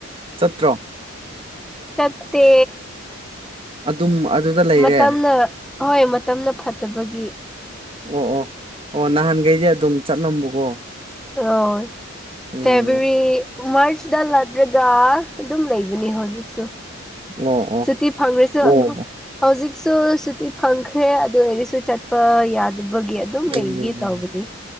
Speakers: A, on the right; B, in the centre.
A: ꯆꯠꯇ꯭ꯔꯣ
B: ꯆꯠꯠꯇꯦ
A: ꯑꯗꯨꯝ ꯑꯗꯨꯗ ꯂꯩꯔꯦ
B: ꯃꯇꯝ ꯍꯣꯏ ꯃꯇꯝꯅ ꯐꯠꯇꯕꯒꯤ
A: ꯑꯣ ꯑꯣ ꯑꯣ ꯅꯍꯥꯟꯈꯩꯗꯤꯦ ꯑꯗꯨꯝ ꯆꯠꯂꯝꯕꯀꯣ
B: ꯑꯣ
A: ꯎꯝ
B: ꯐꯦꯕꯋꯥꯔꯤ ꯃꯥꯔ꯭ꯁꯗ ꯂꯥꯛꯂꯒꯥ ꯑꯗꯨꯝ ꯂꯩꯕꯅꯤ ꯍꯧꯖꯤꯛꯁꯨ
A: ꯑꯣ ꯑꯣ
B: ꯁꯨꯇꯤ ꯐꯪꯔ ꯆꯠꯈꯣ
A: ꯑꯣ
B: ꯍꯧꯖꯤꯛꯁꯨ ꯁꯨꯇꯤ ꯐꯪꯈ꯭ꯔꯦ ꯑꯗꯨ ꯑꯣꯏꯔꯁꯨ ꯆꯠꯄ ꯌꯥꯗꯕꯒꯤ ꯑꯗꯨꯝ
A: ꯎꯝ
B: ꯂꯩꯒꯦ ꯇꯧꯕꯅꯤ